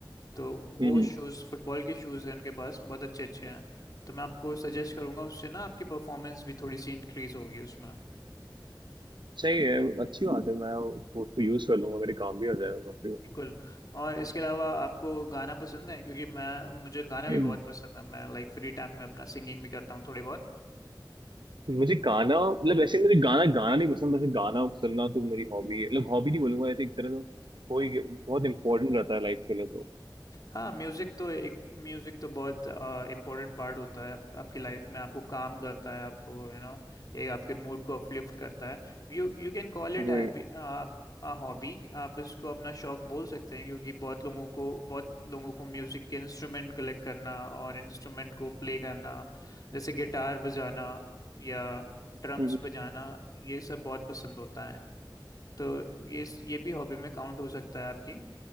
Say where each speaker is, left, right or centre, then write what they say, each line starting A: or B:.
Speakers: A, on the left (about 50°); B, on the right (about 70°).
A: तो वो
B: हम्म,
A: शूज़ फुटबॉल के शूज़ हैं उनके पास बहुत अच्छे अच्छे हैं तो मैं आपको सजेस्ट करूंगा उससे ना आपकी परफॉर्मेंस भी थोड़ी सी इंक्रीज होगी उसमें
B: सही है अच्छी बात है मैं वो उसको यूज कर लूंगा मेरे काम भी हो जाएगा काफी
A: बिल्कुल और इसके अलावा आपको गाना पसंद है क्योंकि मैं मुझे गाना
B: <clears throat>
A: भी बहुत पसंद है मैं लाइक फ्री टाइम में अपना सिंगिंग भी करता हूँ थोड़ी बहुत
B: मुझे गाना मतलब ऐसे मुझे गाना गाना नहीं पसंद वैसे गाना सुनना तो मेरी हॉबी है मतलब हॉबी नहीं बोलूंगा ऐसे एक तरह से कोई बहुत इंपॉर्टेंट रहता है लाइफ के लिए तो
A: हाँ म्यूजिक तो एक म्यूजिक तो बहुत इम्पोर्टेंट पार्ट होता है आप, आपकी लाइफ में आपको काम करता है आपको यू you नो एक आपके मूड को अपलिफ्ट करता है You you can call it happy
B: वही
A: uh hobby आप इसको अपना शौक बोल सकते हैं क्योंकि बहुत लोगों को बहुत लोगों को म्यूजिक के इंस्ट्रूमेंट कलेक्ट करना और इंस्ट्रूमेंट को प्ले करना जैसे गिटार बजाना या ड्रम्स
B: हम्म, हम्म।
A: बजाना ये सब बहुत पसंद होता है तो ये ये भी हॉबी में काउंट हो सकता है आपकी